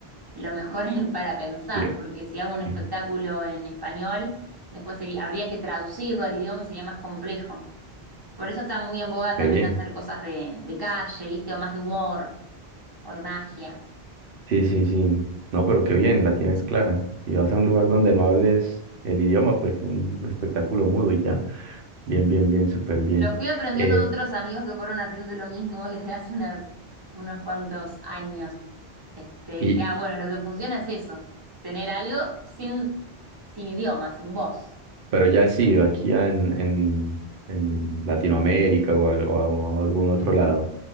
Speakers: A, on the right; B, on the right.
A: lo mejor en- para pensar,
B: qué-
A: porque si hago un espectáculo
B: qué-
A: en español, después sería, habría que traducirlo al idioma y sería más complejo. Por eso está muy en boga
B: qué
A: también
B: bien.
A: hacer cosas de, de calle, ¿viste? O más de humor o de magia.
B: Sí, sí, sí. No, pero qué bien, la tienes clara. Si vas a un lugar donde no hables el idioma, pues un espectáculo mudo y ya. Bien, bien, bien, súper bien.
A: Lo fui aprendiendo
B: Eh,
A: de otros amigos que fueron haciendo lo mismo <laughs> desde hace unas, unos cuantos años. Este,
B: y,
A: dije, ah, bueno, lo que funciona es eso, tener algo sin, sin idioma, sin voz.
B: pero ya has ido aquí a- en, en, en Latinoamérica o a, o a- o a algún otro lado.